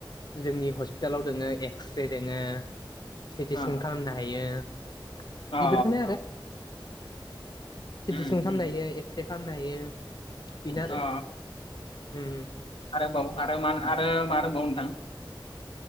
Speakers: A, on the left (about 50°); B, on the left (about 85°).
A: जोंनि हस्पिटालाव दोङो एक्स रे दोङ सिटि
B: अ
A: स्केन खालामनो हायो बेफोरखौनो
B: अ
A: आरो सिटिसिं
B: उम
A: खालामनो
B: उम
A: हायो एक्सरे खालामनो हायो। बेनो आरो
B: अ
A: उम
B: आरोबाव आरो म मा होनबाव नोंथां